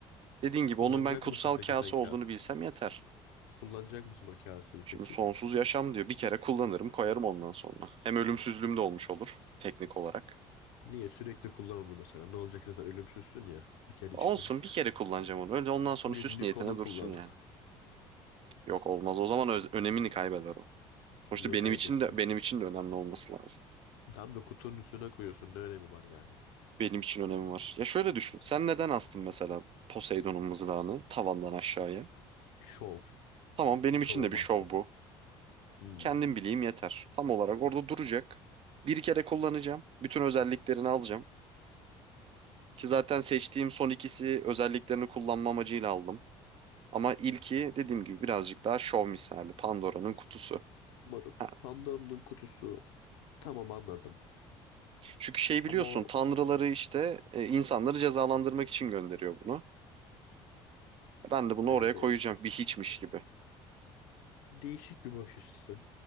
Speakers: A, on the right; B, on the left.
A: Dediğin gibi
B: Kullanacak
A: onun ben kutsal
B: mısın peki
A: kase
B: sen ka?
A: olduğunu bilsem yeter.
B: Kullanacak mısın o kaseyi
A: Şimdi
B: peki?
A: sonsuz yaşam diyor. Bir kere kullanırım, koyarım ondan sonra. Hem ölümsüzlüğüm de olmuş olur teknik olarak.
B: Niye? Sürekli kullan onu mesela. Ne olacak zaten ölümsüzsün ya. Bir kere
A: Olsun
B: içtin.
A: bir kere kullanacağım onu. Öyle ondan sonra
B: Günlük
A: süs niyetine
B: onu
A: dursun
B: kullan.
A: yani. Yok olmaz. O zaman öz- önemini kaybeder o. Sonuçta
B: Niye
A: benim
B: kaybetsin?
A: için de benim için de önemli olması lazım.
B: Tam da kutunun üstüne koyuyorsun. Ne önemi var yani?
A: Benim için önemi var. Ya şöyle düşün. Sen neden astın mesela Poseidon'un mızrağını tavandan aşağıya?
B: Şov.
A: Tamam benim
B: Şov
A: için de
B: amaçlı.
A: bir şov bu.
B: Hmm,
A: Kendim bileyim yeter. Tam olarak orada duracak. Bir kere kullanacağım. Bütün özelliklerini alacağım. Ki zaten seçtiğim son ikisi özelliklerini kullanma amacıyla aldım. Ama ilki dediğim gibi birazcık daha şov misali. Pandora'nın kutusu.
B: marul.
A: Ha.
B: Pandora'nın kutusu tamam anladım.
A: Çünkü şey biliyorsun
B: Ama o
A: tanrıları işte e, insanları cezalandırmak için gönderiyor bunu. Ben de bunu
B: yani
A: oraya koyacağım bir hiçmiş gibi.
B: değişik bir bakış açısı.